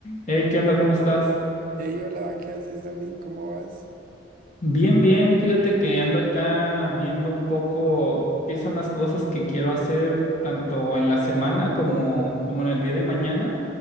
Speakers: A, on the left (about 40°); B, on the right (about 50°).
A: Hey, ¿qué onda? ¿Cómo estás?
B: Hey, hola, ¿qué haces, Domi? ¿Cómo vas?
A: Bien, bien. Fíjate que ando acá viendo un poco qué son las cosas que quiero hacer tanto en la semana
B: serio?
A: como, como en el día de mañana.